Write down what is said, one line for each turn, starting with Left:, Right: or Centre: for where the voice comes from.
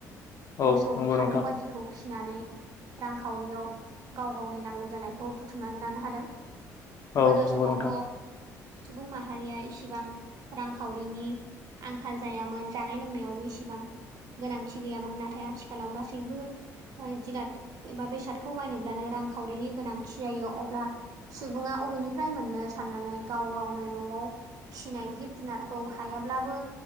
Left: औ
Right: मोसौ
Left: नंगौ
Right: फारौ
Left: नोंथां
Right: बायदिखौ फिनानै रांखावरियाव गाव गावनि नांगौ जानायखौ बुथुमनानै लानो हादों
Left: औ
Right: गोदो
Left: नंगौ
Right: समावथ'
Left: नोंथां
Right: सुबुं माहारिया इसिबां रांखावरिनि आंखाल जायामोन जानाय लोंनायावबो इसेबां गोनांथि गैयामोन नाथाय आथिखालाव गासैबो ओ जिराद एबा बेसादखौ बायनोब्लानो रांखावरिनि गोनांथि जायो अब्ला सुबुङा अबेनिफ्राय मोननो साननानै गाव गावनो न'आव फिसिनाय जिब जुनारखौ हायाब्लाबो